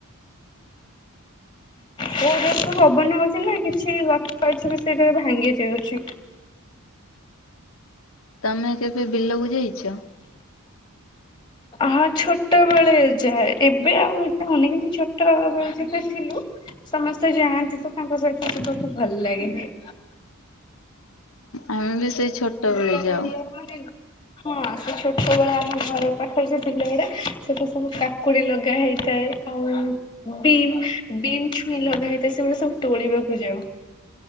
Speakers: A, on the left (about 20°); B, on the left (about 65°).
A: ବହୁତ୍ ଜୋର୍ ସେ ପବନ ହଉଛି ନା କିଛି ଗଛ ଅଛି ବି ସେ ଭାଙ୍ଗି ଯାଉଛି।
B: ତମେ କେବେ ବିଲକୁ ଯାଇଛ?
A: ହ ଛୋଟ ବେଳେ ଯାଏ। ଏବେ ଆଉ ଯହୁନି କିନ୍ତୁ ଛୋଟ ବେଳେ ଯେବେ ଥିଲୁ ସମସ୍ତେ ଯାଆନ୍ତି ତ ତାଙ୍କ ସହିତ ଯିବାକୁ ଭଲ ଲାଗେ।
B: ଆମେ ବି ସେଇ ଛୋଟ
A: ବିଲରେ
B: ବେଳେ ଯାଉ।
A: ଆମର ମାନେ ହଁ ସେ ଛୋଟ ବଳେ ଆମ ଘର ପାଖରେ ସେ ବିଲ ଗୁଡା ସେ ତ ସବୁ କାକୁଡି ଲଗା ହେଇଥାଏ। ଆଉ ବିମ୍ ବିମ୍ ଛୁଇଁ ଲଗା ହେଇଥାଏ। ସେଗୁଡ଼ାକ ସବୁ ତୋଳିବାକୁ ଯାଉ।